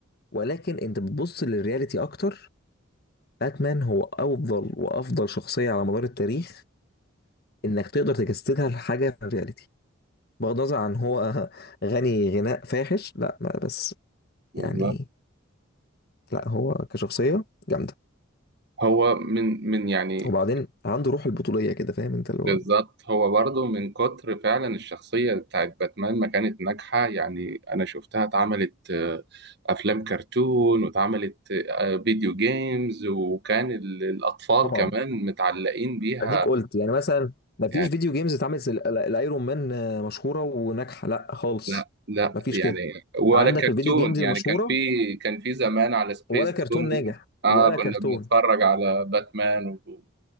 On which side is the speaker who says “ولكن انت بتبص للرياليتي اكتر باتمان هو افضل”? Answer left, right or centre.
Left